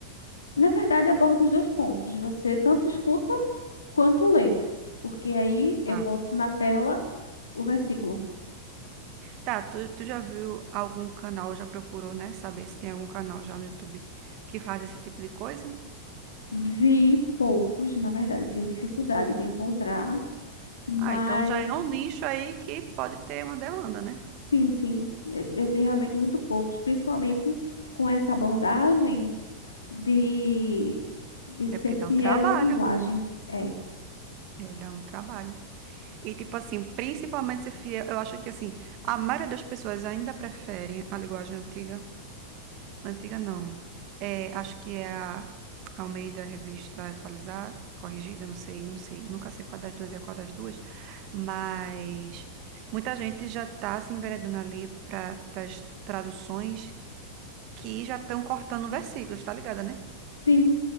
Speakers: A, on the left; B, on the right.
A: na verdade aborda os dois pontos. Você tanto escuta quanto lê, porque aí eu
B: Tá.
A: boto na tela o versículo.
B: Tá, tu, tu já viu algum canal, já procurou, né? Saber se tem algum canal já no YouTube que faz esse tipo de coisa?
A: Vi poucos, na verdade, eu tive dificuldade de encontrar, mas
B: Ah, então já é um nicho aí que pode ter uma demanda, né?
A: sim, sim, eu, eu vi realmente muito poucos, principalmente com essa abordagem de, de ser
B: É porque
A: fiel
B: dá um trabalho,
A: à linguagem.
B: viu?
A: É,
B: É, dá um trabalho. E, tipo assim, principalmente se fia, eu acho que, assim, a maioria das pessoas ainda prefere a linguagem antiga. Antiga, não. É, acho que é a Almeida Revista Atualizada, corrigida, não sei, não sei. Nunca sei qual das duas é qual das duas. Mas muita gente já tá se enveredando ali para as traduções que já estão cortando versículos, tá ligada, né?
A: sim.